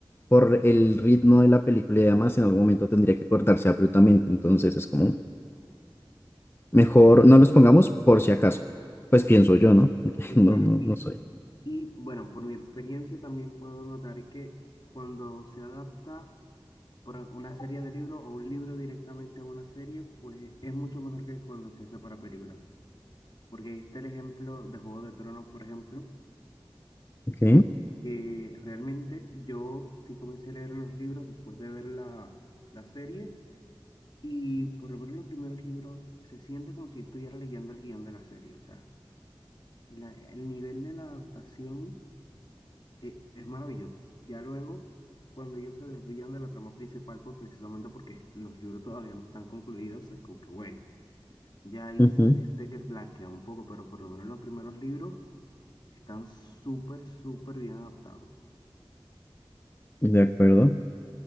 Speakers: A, on the left (about 25°); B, on the left (about 55°).
A: por el ritmo de la película y demás, en algún momento tendría que cortarse abruptamente. Entonces es como... Mejor no los pongamos por si acaso. Pues pienso yo, ¿no? <laughs>
B: Sí,
A: No,
B: claro.
A: no,
B: Y,
A: no soy.
B: y bueno, por mi experiencia también puedo notar que cuando se adapta por una serie de libros o un libro directamente a una serie, pues es mucho mejor que cuando se hace para película. Porque este es el ejemplo de Juego de Tronos, por ejemplo.
A: Ok.
B: porque realmente yo sí comencé a leer los libros después de ver la, la serie y por lo menos los primeros libros se siente como si yo estuviera leyendo el guión de la serie. O sea, la- el nivel de la adaptación eh, es maravilloso. Ya luego, cuando ellos se desvían de la trama principal, pues precisamente porque los libros todavía no están concluidos, es como que bueno, ya ahí
A: ujú,
B: se siente que flaquea un poco, pero por lo menos los primeros libros están súper, súper bien adaptados.
A: De acuerdo.